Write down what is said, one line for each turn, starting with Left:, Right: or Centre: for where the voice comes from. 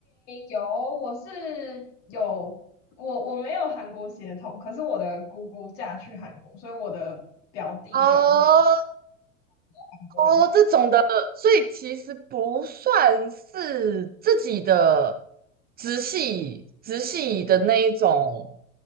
Left: 有，我是有，我我没有韩国血统，可是我的姑姑嫁去韩国，所以我的表弟表妹是
Right: 哦
Left: 韩国人，
Right: 哦，
Left: 然后
Right: 这种的，所以其实不算是自己的直系直系的那一种